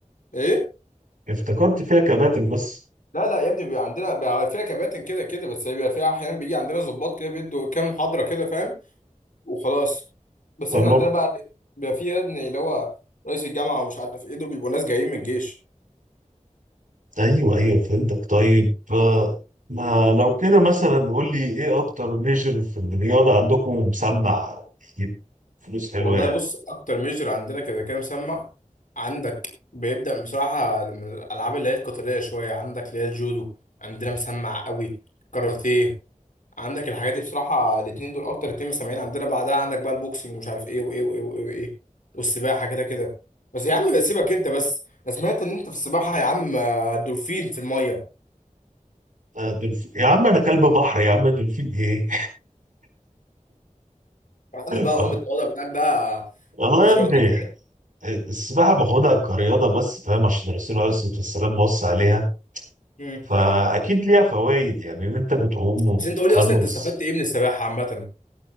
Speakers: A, on the left; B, on the right.
A: ايه
B: افتكرت فيها كباتن بس
A: لا لا يا ابني بيبقى عندنا بيبقى فيها كباتن كده كده بس بيبقى فيها احيانا بيجي عندنا ضباط كده بيدوا كام محاضره كده فاهم وخلاص بس
B: طب
A: احنا عندنا بقى بيبقى فيه يا ابني اللي هو رئيس الجامعه ومش عارف ايه دول بيبقوا ناس جايين من الجيش
B: ايوه ايوه فهمتك طيب آه، ما لو كده مثلا قول لي ايه اكتر ميجر في الرياضه عندكم مسمع يجيب فلوس حلوه
A: والله
B: يعني
A: بص اكتر ميجر عندنا كده كده مسمع عندك بيبدا بصراحه من الالعاب اللي هي القتاليه شويه عندك اللي هي الجودو عندنا مسمع قوي كاراتيه عندك الحاجات دي بصراحة الاتنين دول أكتر اتنين مسمعين عندنا بعدها عندك بقى البوكسنج ومش عارف إيه وإيه وإيه وإيه وإيه والسباحة كده كده بس يا عم سيبك أنت بس أنا سمعت إن أنت في السباحة يا عم آه، دولفين في المية
B: آه، دولفين يا عم انا كلب بحر يا عم دولفين ايه
A: يا عم
B: <laughs>
A: بقى أم التواضع بتاعك ده
B: والله
A: مش
B: يا ابني
A: هيوديك
B: السباحه باخدها كرياضه بس فاهم عشان الرسول عليه الصلاه والسلام وصى عليها
A: مم.
B: فاكيد ليها فوائد يعني ان انت بتقوم وبتتخلص
A: بس أنت قولي أصلا أنت استفدت إيه من السباحة عامة